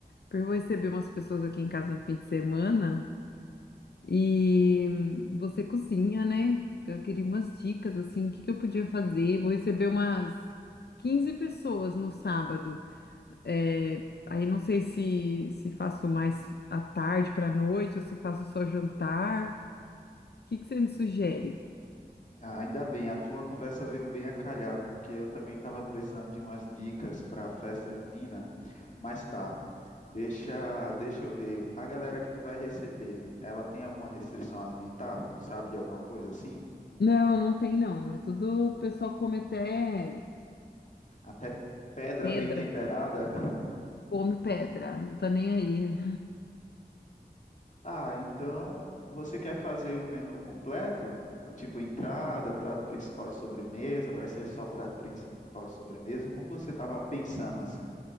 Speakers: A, on the left (about 80°); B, on the left (about 45°).
A: porque eu vou receber umas pessoas aqui em casa no fim de semana e hum, você cozinha, né? Então eu queria umas dicas assim, o que que eu podia fazer? Vou receber umas 15 pessoas no sábado. É, aí não sei se se faço mais à tarde pra noite ou se faço só jantar. O que que você me sugere?
B: Ah, Ainda bem, a tua conversa veio bem a calhar, porque eu também tava precisando de umas dicas para a festa junina, mas tá. Deixa, deixa eu ver. A galera que tu vai receber, ela tem alguma restrição alimentar? Tu sabe de alguma coisa assim?
A: Não, não tem não. É tudo, o pessoal come até
B: Até pedra
A: Pedra.
B: bem temperada?
A: come pedra, não tá nem aí.
B: Ah, então você quer fazer um menu completo? Tipo entrada, prato principal e sobremesa? Vai ser só prato principal e sobremesa? Como você estava pensando assim?